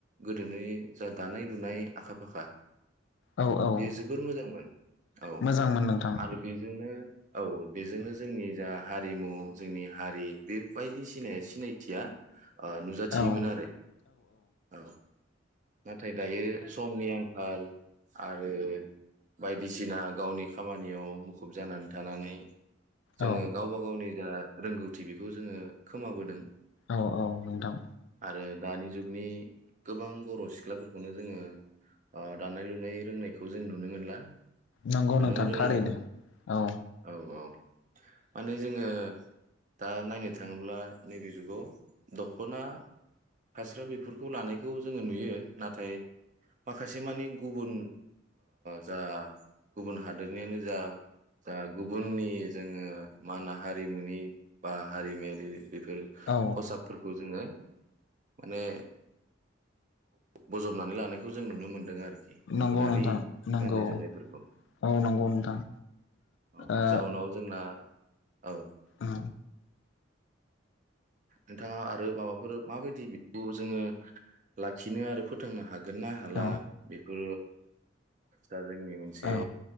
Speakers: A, on the right; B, on the left.
A: गोदोनि जा दानाय लुनाय आखा फाखा
B: औ औ
A: बेयो जोबोर मोजांमोन औ
B: मोजांमोन नोंथां
A: आरो बेजोंनो औ बेजोंनो जोंनि जा हारिमु जोंनि हारि बेबायदि सिनाय सिनायथिया ओ नुजाथियोमोन
B: औ
A: आरो औ नाथाय दायो समनि आंखाल आरो बायदिसिना गावनि खामानियाव मुखुब जानानै थानानै जोङो
B: औ
A: गावबा गावनि जा रोंगौथि बेखौ जोङो खोमाबोदों
B: औ औ नोंथां
A: आरो दानि जुगनि गोबां बर' सिख्लाफोरखौनो जोङो ओ दानाय लुनाय रोंनायखौ जों नुनो मोनला मानो
B: नंगौ नोंथां
A: रोंलाबो
B: थारैनो औ
A: औ औ माने जोङो दा नायनो थाङोब्ला नैबे जुगाव दख'ना फास्रा बेफोरखौ लानाय बेखौ जोङो नुयो नाथाय माखासे मानि गुबुन जा गुबुन हादोरनियानो जा जा गुबुननि जोङो मा होनो हारिमुनि बा हारिमायारि बेफोर
B: औ
A: खसाबफोरखौ जोङो माने बजबनानै लानायखौ जों नुनो मोनदों आरोखि आरोखि गुबुनारि
B: नंगौ नोंथां नंगौ
A: गाननाय जोमनायफोरखौ
B: औ नंगौ नोंथां
A: औ
B: ओ
A: जाउनाव जोंना औ
B: औ
A: नोंथाङा आरो माबाफोर माबायदि खौ जोङो लाखिनो आरो फोथांनो हा हागोना हाला
B: औ
A: बेबो दा जोंनि मोनसे
B: औ